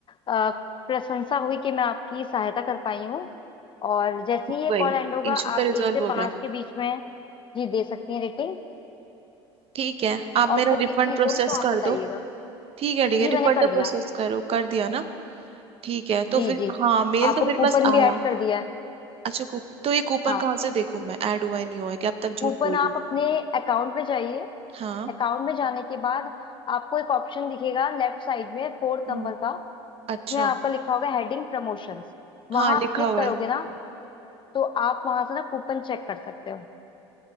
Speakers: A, on the left; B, on the right.
A: अ, प्रशंसा हुई कि मैं आपकी सहायता कर पाई हूँ और जैसे
B: हो
A: ही ये
B: गई
A: कॉल एंड होगा
B: इशू
A: आप
B: तो रिजॉल्व
A: एक से
B: हो
A: पाँच
B: गया
A: के बीच में जी दे सकती हैं रेटिंग
B: ठीक है आप
A: और
B: मेरा
A: कोई
B: रिफंड
A: भी चीज़
B: प्रोसेस
A: हो तो
B: कर
A: आप बताइएगा
B: दो ठीक है ठीक
A: जी
B: है
A: मैंने
B: रिफंड
A: कर
B: तो
A: दिया
B: प्रोसेस करो कर दिया ना ठीक है तो
A: जी
B: फिर
A: जी
B: हाँ मेल
A: आपको
B: तो मेरे
A: कूपन
B: पास
A: भी
B: आया
A: ऐड कर दिया है
B: अच्छा कूप तो ये कूपन
A: हाँ
B: कहाँ से देखूं मैं ऐड हुआ है नहीं हुआ है कि आप तब झूठ
A: कूपन
B: बोल
A: आप
B: रहे हो
A: अपने अकाउंट में जाइए
B: हाँ
A: अकाउंट में जाने के बाद आपको एक ऑप्शन दिखेगा लेफ्ट साइड में फोर्थ
B: हम्म,
A: नंबर का जिसमें
B: अच्छा
A: आपका लिखा होगा हेडिंग प्रमोशंस वहां
B: हाँ लिखा
A: आप क्लिक
B: हुआ
A: करोगे
B: है
A: ना तो आप वहां से ना कूपन चेक कर सकते हो